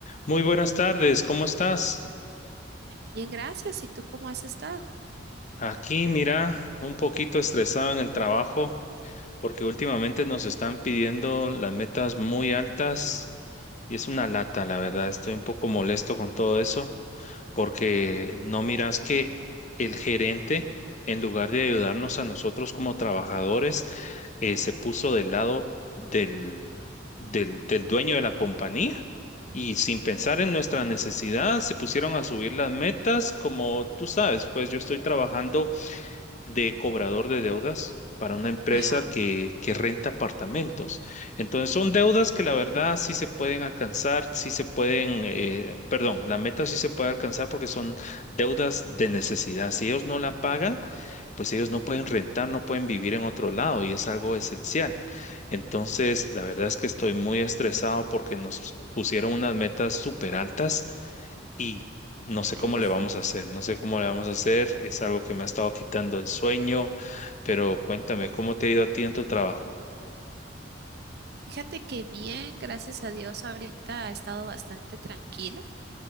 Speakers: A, on the left; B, on the right.
A: Muy buenas tardes, ¿cómo estás?
B: Bien, gracias. ¿Y tú cómo has estado?
A: Aquí, mira, un poquito estresado en el trabajo porque últimamente nos están pidiendo las metas muy altas y es una lata, la verdad. Estoy un poco molesto con todo eso. porque no miras que el gerente, en lugar de ayudarnos a nosotros como trabajadores, eh, se puso del lado del, del, del dueño de la compañía y sin pensar en nuestra necesidad, se pusieron a subir las metas, como tú sabes, pues yo estoy trabajando de cobrador de deudas para una empresa
B: Ajá.
A: que, que renta apartamentos. Entonces son deudas que la verdad sí se pueden alcanzar, sí se pueden, eh, perdón, la meta sí se puede alcanzar porque son deudas de necesidad. Si ellos no la pagan, pues ellos no
B: ujú,
A: pueden rentar, no pueden vivir en otro lado y es algo esencial. Entonces, la verdad es que estoy muy estresado porque nos pusieron unas metas súper altas y no
B: Y pues,
A: sé cómo le vamos a hacer, no sé cómo le vamos a hacer, es algo que me ha estado quitando el sueño, pero cuéntame, ¿cómo te ha ido a ti en tu trabajo?
B: fíjate que bien, gracias a Dios, ahorita ha estado bastante tranquilo,